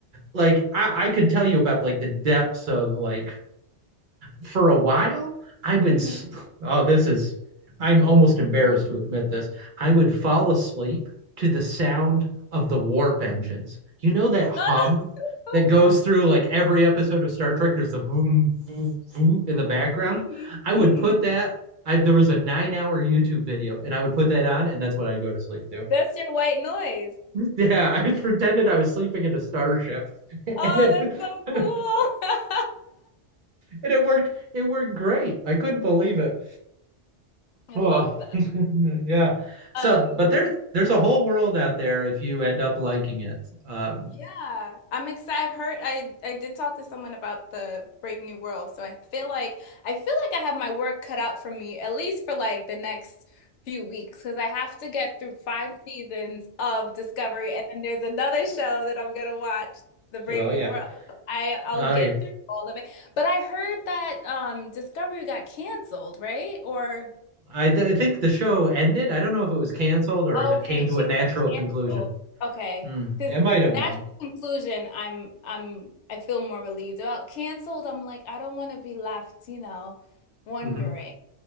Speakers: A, on the right; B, on the left.
A: like I, I could tell you about like the depths of like for a while, I would,
B: Mhm.
A: oh, this is, I'm almost embarrassed to admit this. I would fall asleep to the sound of the warp engines. You know that hum
B: Oh,
A: that goes
B: no.
A: through like every episode of Star Trek? There's a vroom, vroom, vroom in the background.
B: <laughs> Mhm.
A: I would
B: Mhm.
A: put that. I, there was a nine hour YouTube video, and I would put that on, and that's what I'd go to sleep to.
B: That's
A: <laughs>
B: your white noise.
A: Yeah, I pretended I was sleeping in a starship, and
B: Oh,
A: it,
B: that's so
A: <laughs> and
B: cool.
A: it worked. It worked great. I couldn't believe it.
B: <laughs> I
A: Well,
B: love that.
A: <laughs> yeah.
B: Um,
A: So, but there's there's a whole world out there if you end up liking it. Um,
B: Yeah, I'm excited. I've heard I I did talk to someone about the Brave New World, so I feel like I feel like I have my work cut out for me at least for like the next few weeks because I have to get through five seasons of Discovery, and then there's another show that I'm gonna watch, The Brave
A: so
B: New
A: yeah.
B: World. So I I'll
A: Oh
B: get
A: yeah.
B: through all of it, but I heard that um Discovery got canceled, right? Or
A: I, th I think the show ended. I don't know if it was canceled or
B: Okay,
A: if it came to
B: she
A: a natural
B: said
A: conclusion.
B: canceled. Okay,
A: Hmm.
B: because
A: It might have
B: natural
A: been.
B: conclusion, I'm I'm I feel more relieved about canceled. I'm like I don't want to be left, you know, wondering.
A: hmm